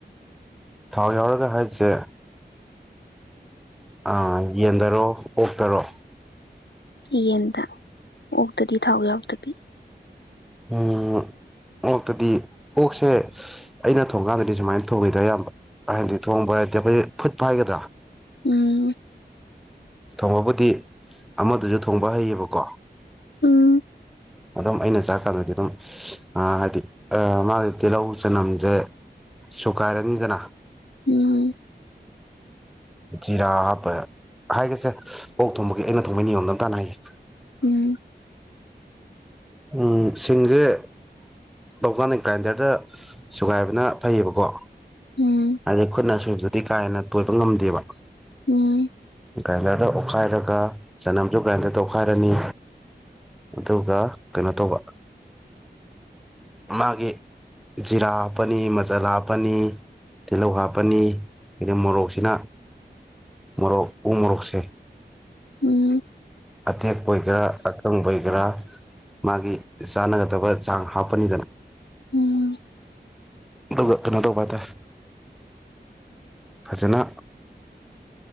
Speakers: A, in the centre; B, on the left.
A: ꯊꯥꯎ ꯌꯥꯎꯔꯒ ꯍꯥꯏꯁꯦ ꯑꯥ ꯌꯦꯟꯗꯔꯣ ꯑꯣꯛꯇꯔꯣ
B: ꯌꯦꯟꯗ ꯑꯣꯛꯇꯗꯤ ꯊꯥꯎ ꯌꯥꯎꯗꯕꯤ
A: ꯎꯝ ꯑꯣꯛꯇꯗꯤ ꯑꯣꯛꯁꯦ ꯑꯩꯅ ꯊꯣꯡꯒꯥꯟꯗꯗꯤ ꯁꯨꯃꯥꯏꯅ ꯊꯣꯡꯉꯤꯗ ꯑꯌꯥꯝꯕ ꯍꯥꯏꯗꯤ ꯊꯣꯡꯕ ꯍꯥꯏꯔꯗꯤ ꯑꯩꯈꯣꯏ ꯐꯨꯠꯄ ꯍꯥꯏꯒꯗ꯭ꯔꯥ
B: ꯎꯝ
A: ꯊꯣꯡꯕꯕꯨꯗꯤ ꯑꯃꯗꯨꯁꯨ ꯊꯣꯡꯕ ꯍꯩꯌꯦꯕꯀꯣ
B: ꯎꯝ
A: ꯑꯗꯨꯝ ꯑꯩꯅ ꯆꯥꯛꯀꯥꯟꯗꯗꯤ ꯑꯗꯨꯝ ꯍꯥꯏꯗꯤ ꯃꯥꯒꯤ ꯇꯤꯜꯍꯧ ꯆꯅꯝꯁꯦ ꯁꯨꯒꯥꯏꯔꯅꯤꯗꯅ
B: ꯎꯝ
A: ꯆꯖꯤꯔꯥꯄ <inaudible> ꯍꯥꯏꯒꯦꯁꯦ ꯑꯣꯛ ꯊꯣꯡꯕꯒꯤ ꯑꯩꯅ ꯊꯣꯡꯕꯩ ꯅꯤꯌꯣꯝꯗꯝꯇꯅ ꯍꯥꯏꯒꯦ
B: ꯎꯝ
A: ꯎꯝ ꯁꯤꯡꯁꯦ ꯂꯧꯀꯥꯟꯗ ꯒ꯭ꯔꯥꯏꯟꯗꯔꯗ ꯁꯨꯒꯥꯏꯕꯅ ꯐꯩꯌꯦꯕꯀꯣ
B: ꯎꯝ
A: ꯑꯗꯩ ꯈꯨꯠꯅ ꯁꯨꯕꯗꯨꯗꯤ ꯀꯥ ꯍꯦꯟꯅ ꯇꯣꯏꯕ ꯉꯝꯗꯦꯕ
B: ꯎꯝ
A: ꯒ꯭ꯔꯥꯏꯟꯗꯔꯗ ꯑꯣꯠꯈꯥꯏꯔꯒ ꯆꯅꯝꯁꯨ ꯒ꯭ꯔꯥꯏꯟꯗꯔꯗ ꯑꯣꯠꯈꯥꯏꯔꯅꯤ ꯑꯗꯨꯒ ꯀꯩꯅꯣ ꯇꯧꯕ ꯃꯥꯒꯤ ꯖꯤꯔꯥ ꯍꯥꯞꯄꯅꯤ ꯃꯆꯜꯍꯥꯞꯄꯅꯤ ꯇꯤꯜꯍꯧ ꯍꯥꯞꯄꯅꯤ ꯑꯗ ꯃꯣꯔꯣꯛꯁꯤꯅ ꯃꯣꯔꯣꯛ ꯎ ꯃꯣꯔꯣꯛꯁꯦ
B: ꯎꯝ
A: ꯑꯇꯦꯛꯄ ꯑꯣꯏꯒꯦꯔꯥ ꯑꯀꯪꯕ ꯒꯦꯔꯥ ꯃꯥꯒꯤ ꯆꯥꯟꯅꯒꯗꯕ ꯆꯥꯡ ꯍꯥꯞꯄꯅꯤꯗꯅ
B: ꯎꯝ
A: ꯑꯗꯨꯒ ꯀꯩꯅꯣ ꯇꯧꯕꯥꯏꯇꯔꯦ ꯐꯖꯅ